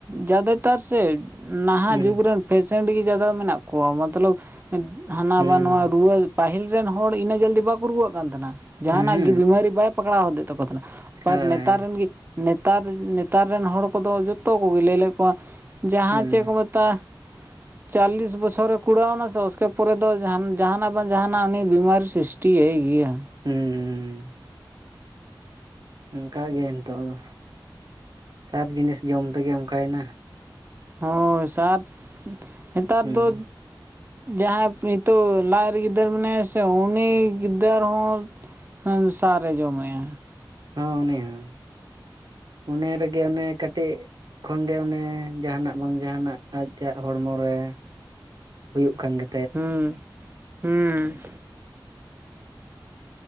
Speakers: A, on the right; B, on the right.
A: ᱡᱟᱫᱟ ᱛᱟᱨ ᱥᱮ ᱱᱟᱦᱟᱜ
B: ᱦᱩᱸ
A: ᱡᱩᱜᱽ ᱨᱮᱱ ᱯᱮᱭᱥᱮᱱᱰ ᱜᱮ ᱡᱟᱫᱟ ᱢᱮᱱᱟᱜ ᱠᱚᱣᱟ ᱢᱚᱛᱞᱚᱵ ᱦᱟᱱᱟ
B: ᱦᱩᱸ
A: ᱵᱟ ᱱᱚᱣᱟ ᱨᱩᱣᱟᱹ ᱯᱟᱹᱦᱤᱞ ᱨᱮᱱ ᱦᱚᱲ ᱤᱱᱟᱹᱜ ᱡᱚᱞᱫᱤ ᱵᱟᱠᱚ ᱨᱩᱣᱟᱹᱜ ᱠᱟᱱ ᱛᱟᱦᱮᱱᱟ ᱡᱟᱦᱟᱱᱟᱜ
B: ᱦᱩᱸ
A: ᱜᱮ ᱵᱤᱢᱟᱨᱤ ᱵᱟᱭ ᱯᱟᱠᱲᱟᱣᱫᱮᱜ ᱦᱚᱫ ᱛᱟᱠᱚ ᱛᱟᱦᱮᱱᱟ
B: ᱦᱳᱭ
A: ᱟᱨ ᱱᱮᱛᱟᱨ ᱨᱮᱱ ᱜᱮ ᱱᱮᱛᱟᱨ ᱱᱮᱛᱟᱨ ᱨᱮᱱ ᱦᱚᱲ ᱠᱚᱫᱚ ᱡᱚᱛᱚ ᱠᱚᱜᱮ ᱞᱟᱹᱭ ᱞᱮᱫ ᱠᱚᱣᱟ ᱡᱟᱦᱟᱸ
B: ᱦᱩᱸ
A: ᱪᱮᱫ ᱠᱚ ᱢᱮᱛᱟᱜ-ᱟ ᱪᱚᱞᱞᱤᱥ ᱵᱚᱪᱷᱚᱨᱮ ᱠᱩᱲᱟᱣᱱᱟ ᱥᱮ ᱚᱥᱠᱮ ᱯᱚᱨᱮ ᱫᱚ ᱡᱟᱦᱟᱱᱟᱜ ᱵᱟᱝ ᱡᱟᱦᱟᱱᱟᱜ ᱩᱱᱤ ᱵᱤᱢᱟᱨᱤ ᱥᱤᱥᱴᱤ ᱴᱤᱭᱟᱭ ᱜᱮᱭᱟ
B: ᱦᱩᱸᱻᱩ ᱚᱱᱠᱟ ᱜᱮ ᱱᱤᱛᱚᱜ ᱫᱚ ᱥᱟᱫ ᱡᱤᱱᱤᱥ ᱡᱚᱢ ᱛᱮᱜᱮ ᱚᱱᱠᱟᱭᱮᱱᱟ
A: ᱦᱳᱭ ᱥᱟᱫ ᱱᱮᱛᱟᱨ
B: ᱦᱩᱸ
A: ᱫᱚ ᱡᱟᱦᱟᱸᱭ ᱱᱤᱛᱚᱜ ᱞᱟᱡ ᱨᱮ ᱜᱤᱫᱟᱹᱨ ᱢᱮᱱᱟᱭᱟ ᱥᱮ ᱩᱱᱤ ᱜᱤᱫᱟᱹᱨ ᱦᱚᱸ ᱦᱮᱸ ᱥᱟᱨᱮ ᱡᱚᱢᱮᱭᱟ
B: ᱦᱚᱸᱮ ᱩᱱᱤ ᱦᱚᱸ ᱚᱱᱮ ᱨᱮᱜᱮ ᱚᱱᱮ ᱠᱟᱹᱴᱤᱡ ᱠᱷᱚᱱᱜᱮ ᱚᱱᱮ ᱡᱟᱦᱟᱱᱟᱜ ᱵᱟᱝ ᱡᱟᱦᱟᱱᱟᱜ ᱟᱡᱟᱜ ᱦᱚᱲᱢᱚ ᱨᱮ ᱦᱩᱭᱩᱜ ᱠᱟᱱ ᱜᱮ
A: ᱦᱩᱸ, ᱦᱩᱸ